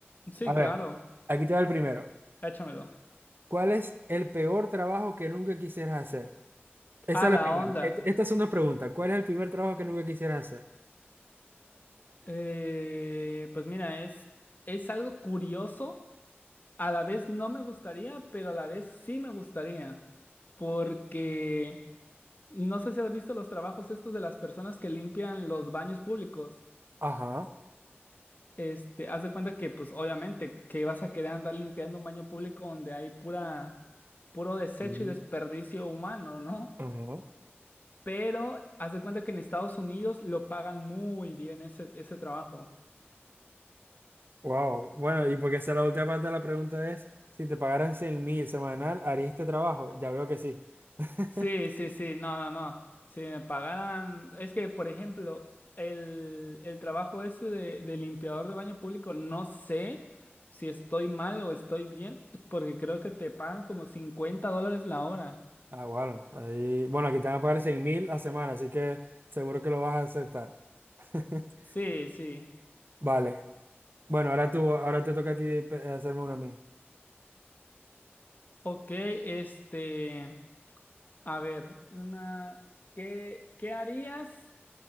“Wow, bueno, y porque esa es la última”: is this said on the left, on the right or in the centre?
Right